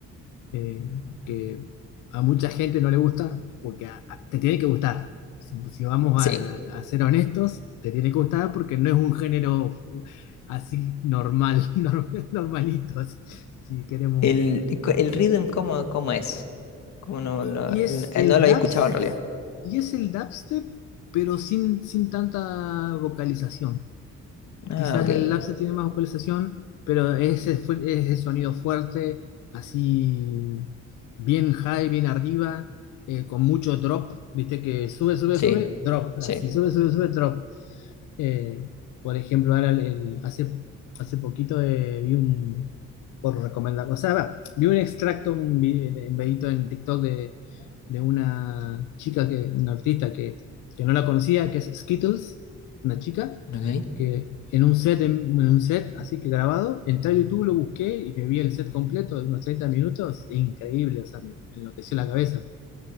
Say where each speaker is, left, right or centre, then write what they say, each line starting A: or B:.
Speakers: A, on the left; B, on the left.
A: eh,
B: Mm.
A: que a mucha gente no le gusta, porque a- a- te tiene que gustar. Si, si vamos
B: sí.
A: a, a ser honestos, te tiene que gustar porque no es un género así normal, <laughs> nor- normalito, así, si queremos.
B: El, y cu- el rhythm, ¿cómo, cómo es? ¿Cómo no,
A: Y,
B: no,
A: y es
B: n- eh,
A: el
B: no lo
A: dubs,
B: he escuchado en realidad?
A: y es el dubstep, pero sin, sin tanta vocalización.
B: Ah,
A: Quizás
B: ok.
A: el Lapse tiene más vocalización, pero ese fue- es el sonido fuerte, así bien high, bien arriba, eh, con mucho drop, viste que sube, sube,
B: Sí,
A: sube, drop,
B: sí.
A: así sube, sube, sube, drop. Eh, por ejemplo, ahora el- el- hace, hace poquito eh, vi un, por recomendar, o sea, va, vi un extracto, un vi- un videito en TikTok de, de una chica, que, una artista que, que no la conocía, que es Skittles, una chica,
B: Ok.
A: que en un set, en, en un set, así que grabado, entré a YouTube, lo busqué y me vi el set completo de unos 30 minutos, increíble, o sea, me, me enloqueció la cabeza.